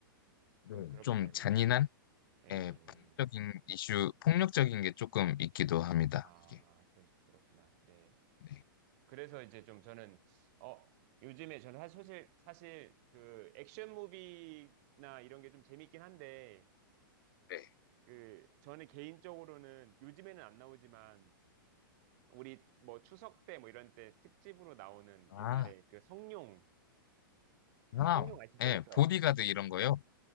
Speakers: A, on the left; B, on the right.
A: 네.
B: 그럼 그렇겠네요,
A: 좀
B: 그렇죠?
A: 잔인한?
B: 네.
A: 예, 폭력적인 이슈, 폭력적인 게 조금 있기도 합니다.
B: 아,
A: 이게.
B: 그러, 그렇구나. 네.
A: 네.
B: 그래서 이제 좀 저는, 어, 요즘에 저는 사실, 사실 사실 그 액션 무비나 이런 게 좀 재밌긴 한데,
A: 네.
B: 그, 저는 개인적으로는 요즘에는 안 나오지만, 우리 뭐 추석 때 뭐 이런 때 특집으로 나오는
A: 아,
B: 옛날에 그 성룡,
A: 아,
B: 성룡 아시죠?
A: 예,
B: 그쵸?
A: 보디가드 이런 거요?